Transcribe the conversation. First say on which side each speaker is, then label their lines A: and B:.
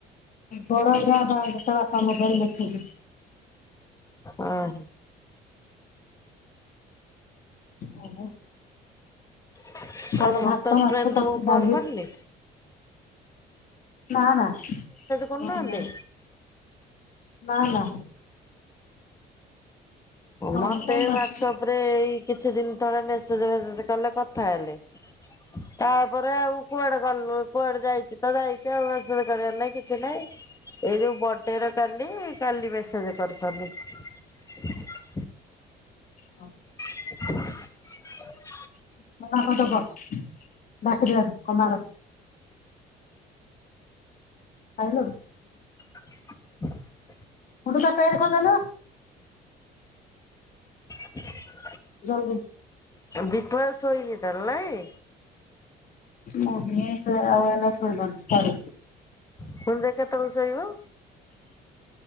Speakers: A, on the left; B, on the left.
A: ବଡ <unintelligible> ପାପା ମୋବାଇଲ୍ ଦେଖୁଚି।
B: ଆ ହ।
A: ଆଉ
B: ଆଉ
A: କଣ
B: ସନ୍ତୋଷ
A: ଭାତ ମାଛ
B: କୁମାର
A: ତର
B: ତମକୁ ଫୋନ୍
A: ଡାଲି
B: କରନି।
A: ନା ନା ନା
B: କରୁନାହାନ୍ତି?
A: ନା ନା ନା। କଣ
B: ମତେ
A: ତ
B: ହ୍ଵାଟସପ୍
A: ମାଛ
B: ରେ ଏଇ କିଛି ଦିନ ତଳେ ମେସେଜେ ମେସେଜେ କଲେ କଥା ହେଲେ। ତାପରେ ଆଉ କୁଆଡେ କଲର। କୁଆଡେ ଯାଇଛି ତ ଯାଇଛି ଆଉ ମେସେଜେ କରିବାର ନାଇଁ କିଛି ନାଇଁ ଏଇ ଯୋଉ ବଡେରେ କାଲି କାଲି ମେସେଜ କରୁଛି। ସଲୁ।
A: ହ।
B: <inaudible>
A: <unintelligible> ବାକିକି ଅଣେ। କମାର। ଆଇଁ ଲୁ।
B: <inaudible>
A: ମୁଁ <unintelligible> ଦେଲୁ।
B: <inaudible>
A: ଜଲଦି।
B: ବିକ୍ଳଉ ଶୋଇନି ତାର ନାଇଁ।
A: ମୁଁ ବି ଆଉ ଏଇନା ସୋଇବିନି ପରେ।
B: ପୁଣି ଦେ କେତଳୁକୁ ଶୋଇବ।